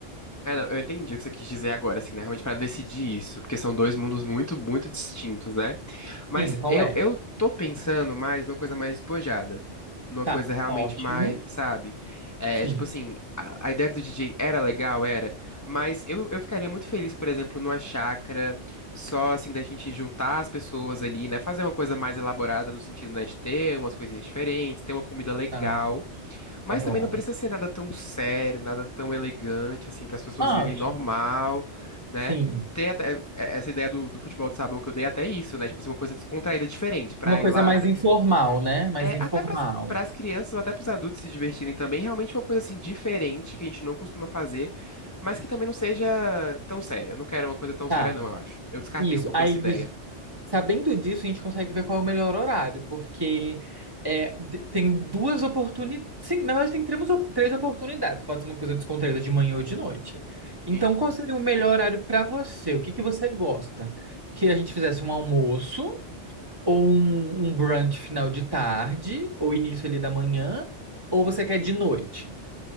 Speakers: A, on the left; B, on the right.
A: É, não, eu entendi o que você quis dizer agora, assim, né? Realmente para decidir isso, porque são dois mundos muito, muito distintos, né? Mas
B: Sim, qual
A: eu,
B: é?
A: eu tô pensando mais numa coisa mais despojada, numa
B: Tá,
A: coisa realmente
B: ótimo.
A: mais, sabe? É,
B: Sim.
A: tipo assim, a, a ideia do DJ era legal, era, mas eu, eu ficaria muito feliz, por exemplo, numa chácara, só assim, da gente juntar as pessoas ali, né? Fazer uma coisa mais elaborada no sentido, né, de ter umas coisinhas diferentes, ter uma comida legal.
B: Ah,
A: Mas
B: tá bom.
A: também não precisa ser nada tão sério, nada tão elegante, assim, para as pessoas
B: Ótimo.
A: irem normal, né?
B: Sim.
A: Ter até é, essa ideia do, do futebol de sabão que eu dei é até isso, né? Tipo assim, uma coisa descontraída, diferente, para
B: Uma coisa
A: ir lá
B: mais
A: até,
B: informal, né? Mais
A: é,
B: informal.
A: até para as crianças ou até para os adultos se divertirem também, realmente uma coisa assim diferente que a gente não costuma fazer, mas que também não seja tão séria. Eu não quero uma coisa tão
B: Tá.
A: séria, não, eu acho. Eu descartei
B: Isso.
A: um pouquinho
B: Aí
A: essa ideia.
B: Sabendo disso, a gente consegue ver qual é o melhor horário, porque é, te- tem duas oportunidades. Sim, na verdade, tem três, op- três oportunidades. Pode ser uma coisa descontraída de manhã ou de noite. Então,
A: Sim.
B: qual seria o melhor horário para você? O que que você gosta? Que a gente fizesse um almoço, ou um, um brunch final de tarde, ou início ali da manhã, ou você quer de noite?